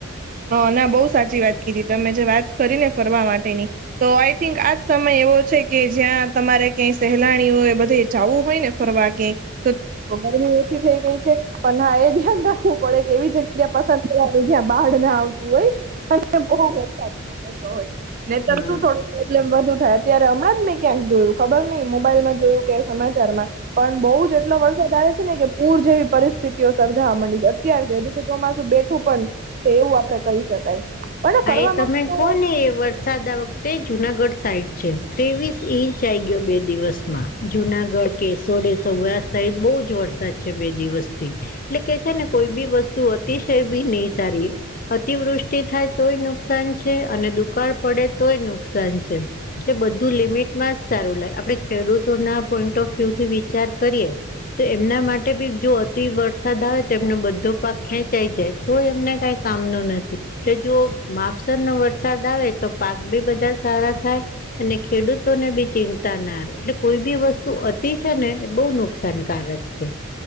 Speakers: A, on the right; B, on the left.
A: હ ના બહુ સાચી વાત કીધી તમે જે વાત કરી ને ફરવા માટેની તો આઈ થિંક આજ સમય એવો છે કે જ્યાં તમારે ક્યાંય સહેલાણીઓ એ બધે જવું હોય ને ફરવા ગઈ <inaudible> તો ઓછી થઈ ગઈ છે પણ ના એ ધ્યાન રાખવું પડે કે એવી જગ્યા પસંદ કરવાની જ્યાં બહાડ ના આવતી હોય. બ <unintelligible> હોય ને તર
B: હા
A: શું થોડું પ્રોબ્લેમ વધુ થાય અત્યારે હમણાં જ મેં ક્યાંક જોયું ખબર નઈ મોબાઈલમાં જોયું કે સમાચારમાં પણ બહુ જ એટલો વરસાદ આવે છે ને કે પૂર જેવી પરિસ્થિતિઓ સર્જાવા માંડી છે. અત્યારથી હજુ તો ચોમાસું બેઠું પણ છે એવું આપણે કહી શકાય. પણ
B: હા
A: ફરવા
B: એ તમે
A: માટે તો
B: કોને એ વર્ષ સાદા વખતે જુનાગઢ સાઈડ છે ત્રેવીસ ઇંચ આવી ગયો બે દિવસમાં. જુનાગઢ, કેશોદ એ સૌરાષ્ટ્ર સહિત બહુ જ વરસાદ છે બે દિવસથી. એટલે કે છે ને કોઈ બી વસ્તુ અતિશય બી નહી સારી અતિવૃષ્ટિ થાય. તોય નુકસાન છે અને દુષ્કાળ પડે તોય નુકસાન છે. એટલે બધું લિમિટમાં જ સારું લાગ આપણે ખેડૂતોના પોઈન્ટ ઓફ વ્યુ થી વિચાર કરીએ તો એમના માટે બી જો અતિ વરસાદ આવે તો એમનો બધો પાક ખેંચાઈ જાય. તો એમને કઈ કામ નું નથી. જો માપસર નો વરસાદ આવે તો પાક બી બધા સારા થાય. અને ખેડૂતોને બી ચિંતા ના રહે એટલે કોઈ બી વસ્તુ અતિ છે ને એ બહુ નુકસાનકારક.